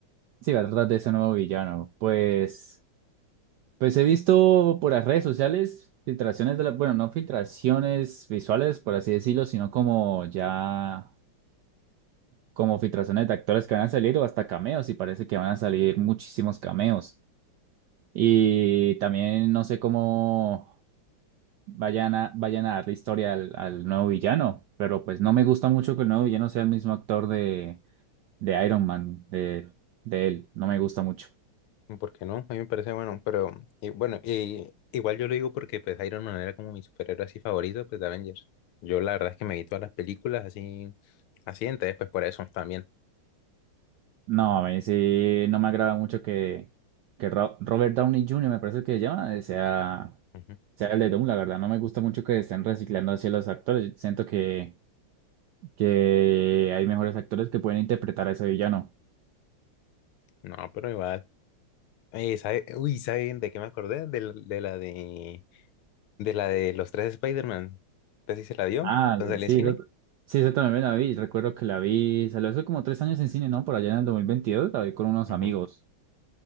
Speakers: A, on the right; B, on the left.
A: Sí, va a tratar de ese nuevo villano. Pues, pues he visto por las redes sociales filtraciones de la... Bueno, no filtraciones visuales, por así decirlo, sino como ya... como filtraciones de actores que van a salir o hasta cameos y parece que van a salir muchísimos cameos. Y también no sé cómo vayan a, vayan a darle historia al, al nuevo villano, pero pues no me gusta mucho que el nuevo villano sea el mismo actor de, de Iron Man, de, de él, no me gusta mucho.
B: ¿Por qué no? A mí me parece bueno, pero y bueno, y, igual yo lo digo porque pues Iron Man era como mi superhéroe así favorito, pues de Avengers. Yo la verdad es que me vi todas las películas así así, entonces pues por eso también.
A: No, a mí sí, no me agrada mucho que, que Ro- Robert Downey Jr., me parece que se llama, eh, sea,
B: Ujú.
A: sea el de Doom, la verdad, no me gusta mucho que estén reciclando así a los actores, siento que, que hay mejores actores que pueden interpretar a ese villano.
B: No, pero igual. Eh, ¿sabe- Uy, ¿saben de qué me acordé? De, la de la de, de la de los tres Spider-Man. ¿Usted sí se la vio
A: Ah,
B: cuando salió
A: sí,
B: en cine?
A: yo, sí, yo también la vi. Recuerdo que la vi, salió hace como tres años en cine, ¿no? Por allá en el 2022 la vi con unos
B: Ujú.
A: amigos.